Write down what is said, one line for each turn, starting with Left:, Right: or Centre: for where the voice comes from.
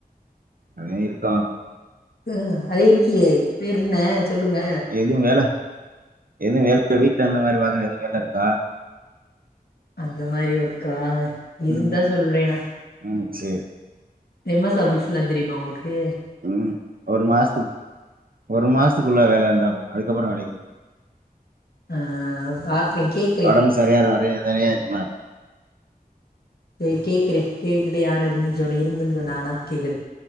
Right: அதே இருக்கோ
Left: ம் அதே இருக்கியே வேறென்ன சொல்லுங்க
Right: எது வேல எது வேல வீட்ல இந்த மாரி பாக்குற எது வேல இருக்கா
Left: அந்த மாரி ஒர்க்கா இருந்தா
Right: ம்
Left: சொல்றே நா
Right: ம் சேர்
Left: எம் எஸ் ஆஃபிஸ்லா தெரியுமா ஒங்களுக்கு
Right: ம் ஒரு மாசத்துக்கு ஒரு மாசத்துக்குள்ள வேல இருந்தா போது அதுக்கப்பறோ வேலைக்கு போய்
Left: அ அ அ பாக்றே கேக்
Right: ஒடம்பு சரியாகுர வரையு தனியா ஏத்தும
Left: போய் கேக்குறே கேட்டுட்டு யாரு இருந்துன் சொன்னா இருந்துன் சொன்னாகனா கேக்குறே